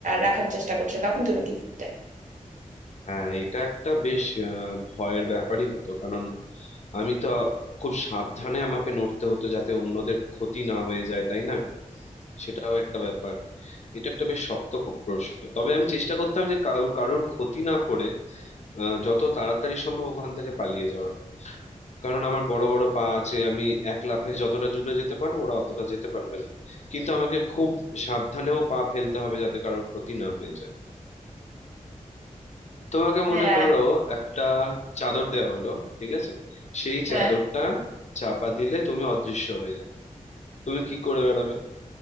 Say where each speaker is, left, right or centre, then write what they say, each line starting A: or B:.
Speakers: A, on the right; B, on the left.
A: রাখার চেষ্টা করছে তখন তুমি কি করতে
B: হ্যাঁ এটা একটা বেশ আহ, ভয়ের ব্যাপারই হতো কারণ আমি তো খুব সাবধানে আমাকে নড়তে হতো যাতে অন্যদের ক্ষতি না হয়ে যায় তাই না সেটাও একটা ব্যাপার এটা একটা বেশ শক্ত ক- প্রশ্ন তবে আমি চেষ্টা করতাম যে কারোর কারোর ক্ষতি না করে আহ, যত তাড়াতাড়ি সম্ভব ওখান থেকে পালিয়ে যাওয়ার কারণ আমার বড় বড় পা আছে আমি এক লাফে যতটা জুড়ে যেতে পারবো ওরা অতটা যেতে পারবে না কিন্তু আমাকে খুব সাবধানেও পা ফেলতে হবে যাতে কারোর ক্ষতি না হয়ে যায় তোমাকে
A: হ্যাঁ
B: মনে করো একটা চাদর দেওয়া হলো ঠিক আছে সেই
A: হ্যাঁ
B: চাদরটা চাপা দিলে তুমি অদৃশ্য হয়ে যাবে তুমি কি করে বেড়াবে